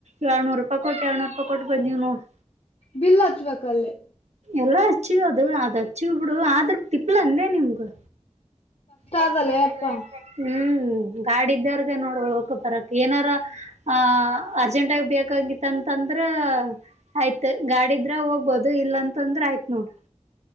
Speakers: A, on the right; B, on the left.
A: ಎರಡನೂರು ರೂಪಾಯ್ ಕೊಟ್ಟ್ ಎರಡುನೂರ್ ಕೊಟ್ಟ್ ಬಂದೀವ್ ನೋಡ್
B: ಬಿಲ್ ಹಚ್ಬೇಕ ಅಲ್ಲಿ
A: ಎಲ್ಲ ಹಚ್ಚು ಅದು ಹಚ್ಚು ಬಿಡು ಆದ್ರೂ ತಿಪ್ಪಲ್ ಅಂದೆ ನಿಮ್ಗೂ ಕಷ್ಟ
B: ಅದಲ್ಲ
A: ಆತಲ್ಲೆ
B: ಯಪ್ಪಾ
A: ಅಕ್ಕ ಹ್ಮ ಗಾಡಿ ಇದಾರಗೆ ನೋಡ್ ಹೊಗ್ ಬರಕ್ ಏನಾರ ಆ ಅರ್ಜೆಂಟ್ ಆಗಿ ಬೇಕಾಗಿತ್ತ ಅಂತ ಅಂದ್ರೆ ಆಯ್ತ್ ಗಾಡಿದ್ರೆ ಹೋಗ್ಬೋದು ಇಲ್ಲ ಅಂತಂದ್ರೆ ಆಯ್ತ್ ನೋಡು